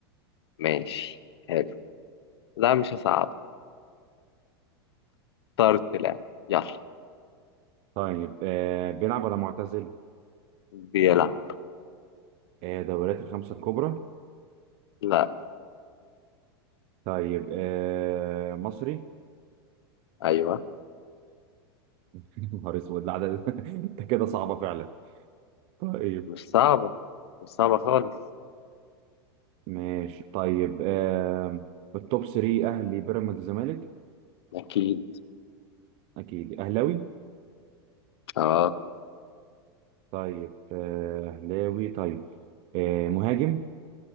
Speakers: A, on the left; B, on the right.
A: ماشي حلو لا مش هصعب طرد لا يلا
B: طيب آه بيلعب ولا معتزل
A: بيلعب
B: آه دوريات الخمسة الكبرى
A: لا
B: طيب آه مصري
A: أيوة
B: يا نهار اسود لا ده <laughs> انت كده صعبه فعلا طيب
A: مش صعبة مش صعبة خالص
B: ماشي طيب آم، التوب 3 اهلي بيراميدز الزمالك
A: أكيد
B: اكيد اهلاوي
A: أه
B: طيب آه، اهلاوي طيب آه، مهاجم